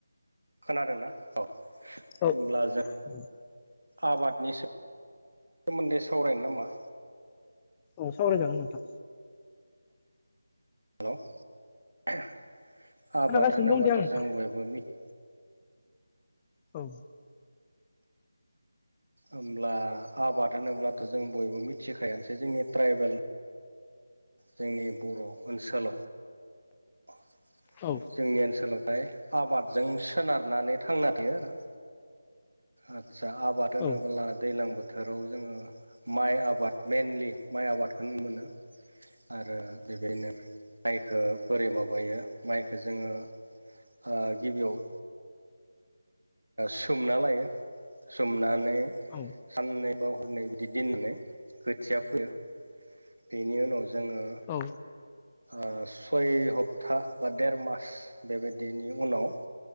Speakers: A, on the right; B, on the left.
A: खोनादोंनाा औ होमब्ला
B: औ
A: जों
B: औ
A: आबादनि सोमोन्दै सावरायनो नामा
B: औ सावराय जागोन नोंथा
A: हेल'
B: खोनागासिनो
A: आबाद होनोबाथ'
B: दं दे आं नोंथां
A: जों बयबो मिथ
B: औ
A: होमब्ला आबाद होनोब्लाथ' जों बयबो मिथिखायसै जोंनि ट्राइबेल जोंनि बर' ओनसोलाव <inaudible>
B: औ
A: जोंनि ओनसोलावहाय आबादजों सोनारनानै थांना थायो आरो आदसा आबाद होनोब्ला
B: औ
A: दैलां बोथ बोथोराव जोङो माइ आबाद मेनलि माइ आबादखौ <unintelligible> मोनो आरो बेबायनो माइखो बोरै माबायो माइखो जोङो ओ गिबियाव सोमना लायो सोमनानै
B: औ
A: साननै बा हरनै बिदि दोननानै खोथिया फोयो बेनि उनाव जोङो
B: औ
A: ओ सय हप्ता बा देर मास बेबायदिनि उनाव